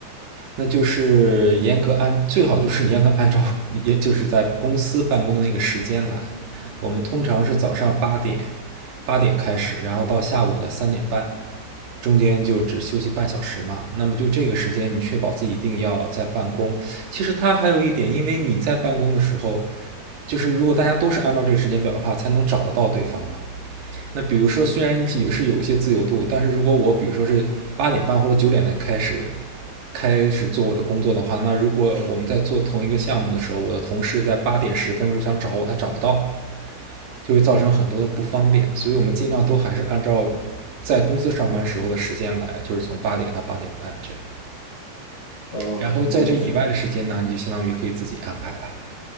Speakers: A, on the right; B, on the left.
A: 那就是严格按最好就是严格按照也就是在公司办公的那个时间来。我们通常是早上八点八点开始，然后到下午的三点半，中间就只休息半小时嘛。那么就这个时间，你确保自己一定要在办公。其实它还有一点，因为你在办公的时候，就是如果大家都是按照这个时间表的话，才能找得到对方嘛。那比如说，虽然也是有一些自由度，但是如果我比如说是八点半或者九点才开始开始做我的工作的话，那如果我们在做同一个项目的时候，我的同事在八点十分时候想找我，他找不到，就会造成很多的不方便。所以我们尽量都还是按照在公司上班时候的时间来，就是从八点到八点半这样的。
B: 哦，
A: 然后在这以外的时间呢，
B: 明白。
A: 你就相当于可以自己安排了。